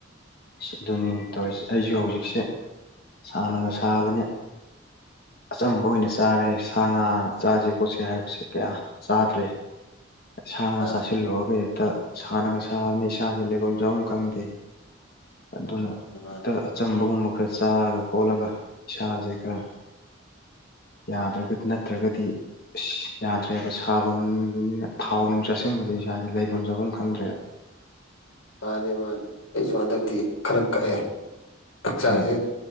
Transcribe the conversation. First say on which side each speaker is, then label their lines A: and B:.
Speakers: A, on the left; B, on the left.
A: ꯑ ꯑꯗꯨꯅꯤ ꯇꯧꯔꯤꯁꯦ ꯑꯩꯁꯨ ꯍꯧꯖꯤꯛꯁꯦ ꯁꯥꯟꯅꯒ ꯁꯥꯕꯅꯦ ꯑꯆꯝꯕ ꯑꯣꯏꯅ ꯆꯥꯔꯦ ꯁꯥ ꯉꯥ ꯆꯥꯁꯤ ꯈꯣꯠꯁꯤ ꯍꯥꯏꯕꯁꯦ ꯀꯌꯥ ꯆꯥꯗ꯭ꯔꯦ ꯁꯥ ꯉꯥ
B: ꯑꯥ
A: ꯆꯥꯁꯤꯜꯂꯨꯔꯒ ꯍꯦꯛꯇ ꯁꯥꯅꯒ ꯁꯥꯕꯅꯤ ꯏꯁꯥꯁꯤ ꯂꯩꯕꯝ ꯆꯥꯐꯝ ꯈꯪꯗꯦ ꯑꯗꯨꯅ
B: <unintelligible>
A: ꯍꯛꯇ ꯑꯆꯝꯕꯒꯨꯝꯕ ꯈꯔ ꯆꯥꯔꯒ ꯈꯣꯠꯂꯒ ꯏꯁꯥꯁꯦ ꯈꯔ ꯌꯥꯗ꯭ꯔꯒ ꯅꯠꯇ꯭ꯔꯒꯗꯤ ꯑꯁ ꯌꯥꯗ꯭ꯔꯦꯕ ꯁꯥꯐꯝꯅ ꯊꯥꯎ ꯅꯨꯡ ꯆꯥꯁꯤꯟꯕꯁꯦ ꯏꯁꯥꯒꯤ ꯂꯩꯐꯝ ꯆꯥꯐꯝ ꯈꯪꯗ꯭ꯔꯦꯕ
B: ꯃꯥꯅꯤ ꯃꯥꯅꯦ ꯑꯩꯁꯨ ꯍꯟꯗꯛꯇꯤ ꯈꯔ ꯀꯛꯑꯦ ꯍꯛꯆꯥꯡꯁꯦ
A: ꯎꯝ